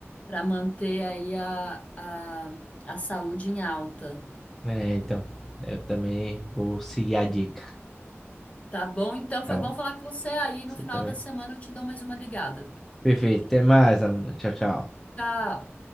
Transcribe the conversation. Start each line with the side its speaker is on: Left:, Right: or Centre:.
Left: para manter aí a, a, a saúde em alta.
Centre: É, então, eu também vou seguir a dica,
Left: Tá bom? Então
Centre: tá
Left: foi
Centre: bom?
Left: bom falar com você aí. No
Centre: Você
Left: final
Centre: também.
Left: da semana eu te dou mais uma ligada.
Centre: Perfeito, até mais, Alana. Tchau, tchau.
Left: Tchau.